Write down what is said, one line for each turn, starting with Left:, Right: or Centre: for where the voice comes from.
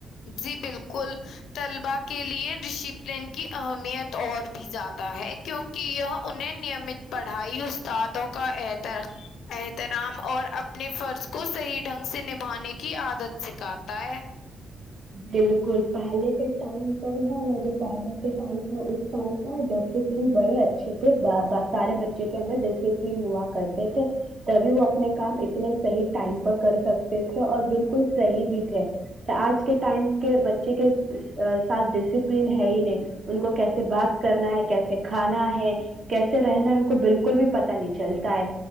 Left: جی بالکل طلبا کے لیے ڈسیپلن کی اہمیت اور بھی زیادہ ہے کیونکہ یہ انہیں نیمت پڑھائی استادوں کا احترام اور اپنے فرض کو صحیح ڈھنگ سے نبھانے کی عادت سکھاتا ہے
Right: بالکل پہلے کے ٹائم پر ہے ن جو پہلے کے ٹائم تھا اس ٹائم پر ڈپل بڑے اچھے تھے سارے بچے کے اندر ڈسپلین ہوا کرتے تھے تبھی وہ اپنے کام اتنے صحیح ٹائم پر کر سکتے تھے اور بالکل صحیح بھی تھے آج کے ٹائم کے بچے کے ساتھ ڈسپلین ہے ہی نہیں ان کو کیسے بات کرنا ہے کیسے کھانا ہے کیسے رہنا ان کو بالکل بھی پت نہیں چلتا ہے